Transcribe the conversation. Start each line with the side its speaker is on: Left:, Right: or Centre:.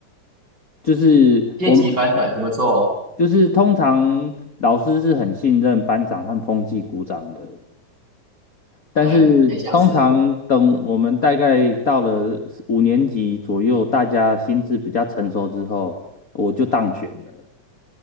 Left: 就是我们
Right: 阶级反转怎么做？
Left: 就是通常老师是很信任班长和风纪股长的，但是通常等我们大概到了五年级左右，
Right: 哎，很像是。
Left: 大家心智比较成熟之后，我就当选了。